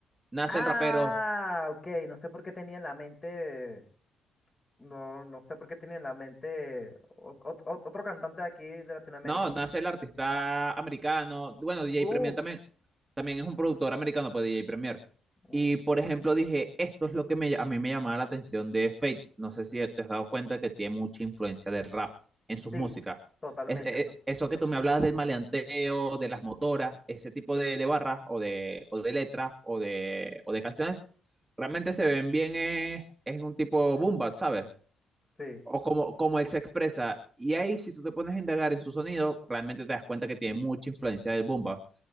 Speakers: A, on the right (about 20°); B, on the left (about 25°).
A: Nas
B: Ah,
A: el rapero,
B: ok, no sé por qué tenía en la mente, no, no sé por qué tenía en la mente ot- ot- ot- otro cantante de aquí de Latinoamérica.
A: no, Nas el artista americano, bueno, DJ
B: Buf,
A: Premier también, también es un productor americano, pues D J Premier.
B: Mm,
A: Y por ejemplo dije, esto es lo que me, a mí me llamaba la atención de Fate. No sé si te has dado cuenta que tiene mucha influencia del rap en sus
B: sí,
A: músicas.
B: totalmente,
A: Es, e-
B: to-
A: e, eso que tú me hablabas del maleanteo, de las motoras, ese tipo de, de barras o de, o de letras o de, o de canciones, realmente se ven bien, eh, es un tipo boom bap, ¿sabes?
B: sí.
A: o como, como él se expresa. Y ahí, si tú te pones a indagar en su sonido, realmente te das cuenta que tiene mucha influencia del Bumba.